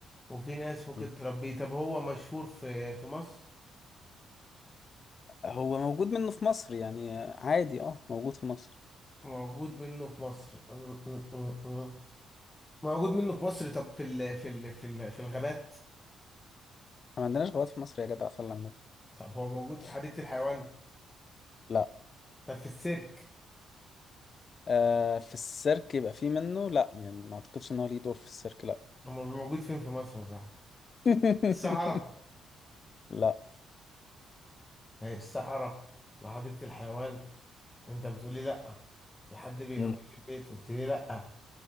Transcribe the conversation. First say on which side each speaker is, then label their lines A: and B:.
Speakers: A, on the left (about 15°); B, on the left (about 45°).
A: وفي ناس ممكن
B: م.
A: تربيه طب هو مشهور في في مصر
B: هو موجود منه في مصر يعني آه، عادي اه موجود في مصر
A: موجود منه في مصر أمم، أمم، أمم. موجود منه في مصر طب في ال في ال في ال في الغابات
B: احنا ما عندناش غابات في مصر يا جدع صلى على النبي
A: طب هو موجود في حديقة
B: <laughs>
A: الحيوان
B: لا
A: طب في السيرك
B: آه في السيرك يبقى في منه لا يعني ما اعتقدش ان هو ليه دور في السيرك لا
A: هو موجود فين في مصر يا صاحبي
B: <laughs>
A: الصحراء
B: لا
A: ما هي الصحراء وحديقة الحيوان انت بتقولي لا لحد بيربيه
B: مم.
A: في البيت قلت لي لا